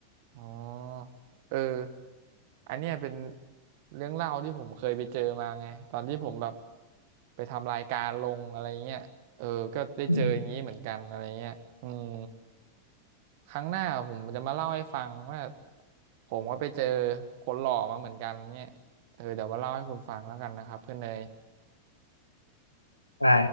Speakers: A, on the right; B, on the left.
A: อ๋อเอออันเนี้ยเป็นเรื่องเล่าที่ผมเคยไปเจอมาไงตอนที่ผมแบบไปทำรายการลงอะไรเงี้ยเออก็ได้เจออย่างนี้เหมือนกันอะไรเงี้ยอืม
B: อืม
A: ครั้งหน้าผมจะมาเล่าให้ฟังว่าผมก็ไปเจอคนหล่อมาเหมือนกันเนี่ยเออเดี๋ยวมาเล่าให้คุณฟังแล้วกันนะครับเพื่อนเนย
B: ได้